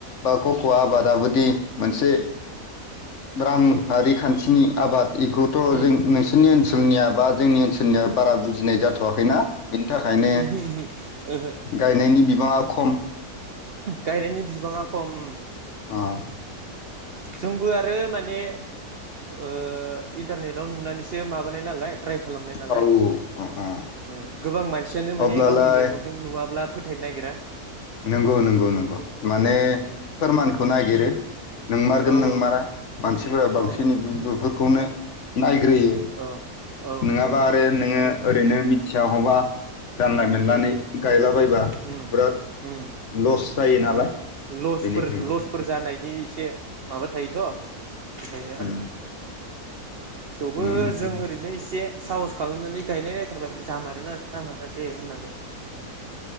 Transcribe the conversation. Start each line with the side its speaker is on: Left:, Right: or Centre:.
Left: बा क'कवा आबादाबदि मोनसे रांआ'रि
Right: उम
Left: खान्थिनि आबाद। बेखौथ'
Right: उम
Left: जों नोंसोरनि ओनसोलनिया बा जोंनि ओनसोलनिया बारा बुजिनाय जाथ'वाखैना । बेनि थाखायनो
Right: उमहो उमहो ओहो।
Left: गायनायनि बिबाङा खम
Right: गायनायनि बिबाङा खम ओम ।
Left: आ।
Right: जोंबो आरो माने ओ इन्टारनेटाव नुनानैसो माबानाय नालाय । ट्राइ खालामनाय नालाय
Left: औ अ अ
Right: ओ गोबां मानसियानो माने
Left: अब्लालाय
Right: गावनि मेगनजों नुवाब्ला फोथायनो नागिरा
Left: नोंगौ नोंगौ नोंगौ माने
Right: उम
Left: फोरमानखौ नागिरो ‌। नोंमारगोन
Right: औ औ
Left: नोंमारा मानसिफोरा बांसिन
Right: औ
Left: इदिबाफोर खौनो नायग्रोयो
Right: अ औ
Left: नोङाबा आरो नोङो
Right: औ
Left: ओरैनो मिथिया हबा जानला मोनलानि
Right: उम
Left: गायलाबायबा
Right: उम
Left: बिराद
Right: उम
Left: लस' जायो । नालाय।
Right: ओ लस'फोर
Left: बेनिखायनो
Right: लस'फोर जानायनि इसे माबा थायोथ' बेखायनो
Left: उम
Right: आरो। थेवबो
Left: उम
Right: जों ओरैनो एसे साहस खालामनानै गायनाय नायो । सोरबा जामारोना जामारा दे होननानै?